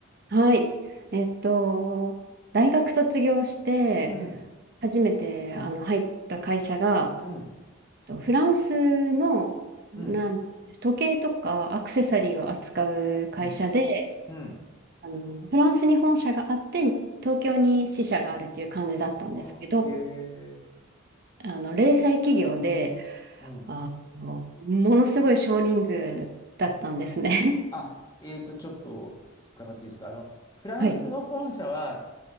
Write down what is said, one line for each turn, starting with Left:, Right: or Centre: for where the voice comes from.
Right: はい。えっと、大学卒業して、
Left: うん、
Right: 初めてあの入った会社が、
Left: うん、
Right: とフランスのなん時計とかアクセサリーを扱う会社で、
Left: うん、うん、うん。
Right: あのフランスに本社があって、東京に支社があるっていう感じだったんですけど、
Left: あー、へー
Right: あの零細企業で、
Left: うん。
Right: あのものすごい少人数だったんですね。
Left: あ、えっと、ちょっと伺っていいですかあの、フランスの本社は、
Right: <laughs> はい。